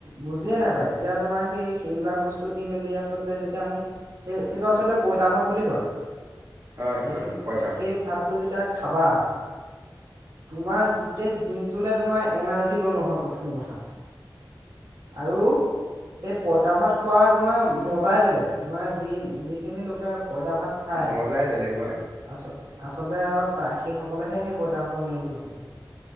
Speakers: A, on the right; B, on the right.
A: বুজিয়ে নাপায় এতিয়া তোমাৰ সেই সেইবিলাক বস্তু দি মেলি আছে আচলতে যেতিয়া আমি, সেই এইটো আচলতে পইতা ভাত বুলি কয়।
B: হয়
A: সেইখিনি
B: হয় পইতা ভাত।
A: সেই ভাতটো যেতিয়া খাবা তোমাৰ গোটেই দিন তোলে তোমাৰ এনাৰ্জি ল নহয় প্ৰথম কথা আৰু সেই পইতা ভাত খোৱাৰ তোমাৰ মজাই বেলেগ তোমাৰ যি যিখিনি লোকে পইতা ভাত খায়,
B: মজাই বেলেগ হয়
A: আচ আচলতে আৰু ত সেই সকলেহে সেই পইতাহঁতৰ মূলটো বুজে।